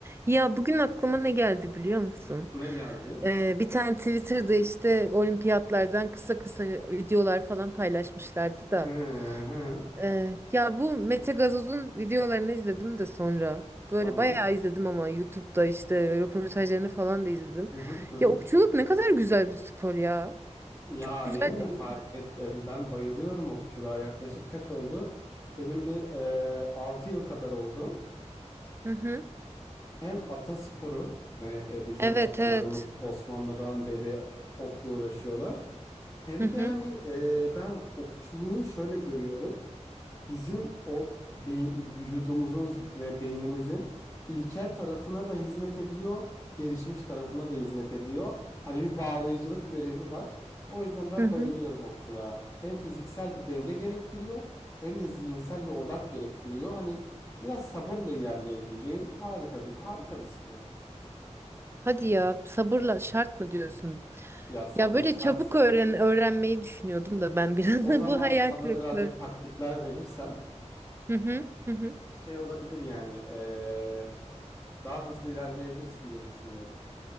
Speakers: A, on the right; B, on the left.
A: Ya bugün aklıma ne geldi biliyor musun?
B: Ne geldi?
A: Ee, bir tane Twitter'da işte olimpiyatlardan kısa kısa videolar falan paylaşmışlardı da.
B: Hı hı.
A: Ee, ya bu Mete Gazoz'un videolarını izledim de sonra. Böyle
B: Tamam.
A: bayağı izledim ama YouTube'da işte röportajlarını falan da izledim.
B: Hı hı hı. hı.
A: Ya okçuluk ne kadar güzel bir spor ya.
B: Ya
A: Çok güzel
B: yeni mi
A: değil
B: fark
A: mi?
B: ettin? Ben bayılıyorum okçuluğa. Yaklaşık kaç oldu? Benim bir e, 6 yıl kadar oldu.
A: Hı hı.
B: Hem atasporu hani e, bizim
A: Evet
B: atalarımız
A: evet.
B: Osmanlı'dan beri e, okla uğraşıyorlar. Hem
A: Hı hı.
B: de hani e, ben okçuluğu şöyle görüyorum. bizim o be- vücudumuzun ve beynimizin ilkel tarafına da hizmet ediyor, gelişmiş tarafına da hizmet ediyor. Hani bir bağlayıcılık görevi var. O yüzden ben
A: Hı hı.
B: bayılıyorum okçuluğa. Hem fiziksel bir denge gerektiriyor, hem de zihinsel bir odak gerektiriyor. Hani biraz sabırla ilerleyebileceğin harika bir harika bir spor.
A: Hadi ya sabırla şart mı diyorsun?
B: Ya sabır
A: Ya böyle
B: şart.
A: çabuk öğren öğrenmeyi düşünüyordum da ben biraz
B: O zaman
A: <laughs> bu hayal
B: sana
A: kırıklığı.
B: birazcık taktikler verirsem
A: Hı hı hı hı.
B: şey olabilir yani eee, daha hızlı ilerleyebilirsin diye düşünüyorum.